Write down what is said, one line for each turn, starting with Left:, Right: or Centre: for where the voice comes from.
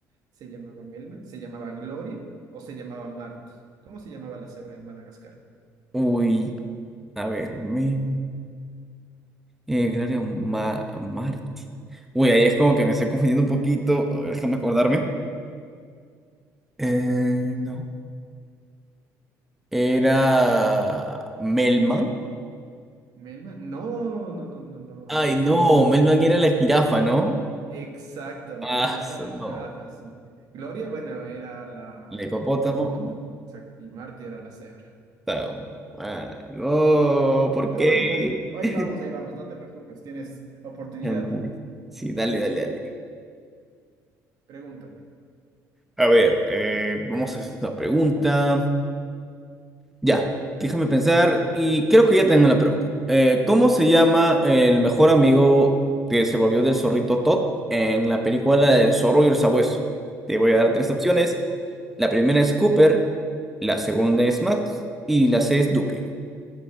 Right: ¿Se llamaba Melman? ¿Se llamaba Gloria? ¿O se llamaba Marty? ¿Cómo se llamaba la cebra en Madagascar?
Centre: Uy, a ver, me Eh, Gloria Ma- Marti. Uy, ahí es como que me estoy confundiendo un poquito. A ver, déjame acordarme. Eh, no. Era Melman.
Right: Melman, no, no, no, no, no,
Centre: Ay,
Right: ahí sí,
Centre: no, Melman era la jirafa, ¿no?
Right: exacto,
Centre: Ah,
Right: Melman era
Centre: eso
Right: la
Centre: no.
Right: jirafa, sí. Gloria, bueno, era la
Centre: El hipopótamo.
Right: hipopótamo, exacto, y Marty era la cebra.
Centre: Está mal. No, ¿por
Right: Pero
Centre: qué?
Right: bueno, bueno, ahí
Centre: <laughs>
Right: vamos, ahí vamos, no te preocupes, tienes oportunidad.
Centre: Ya, madre. Sí, dale, dale, dale.
Right: Pregúntame.
Centre: A ver, eh, vamos a hacer esta pregunta. Ya, déjame pensar y creo que ya tengo la pregunta. Eh, ¿cómo se llama el mejor amigo que se volvió del zorrito Todd en la película de Zorro y el Sabueso? Te voy a dar tres
Right: Uh,
Centre: opciones. La primera es Cooper, la segunda es Max y la C es Duque.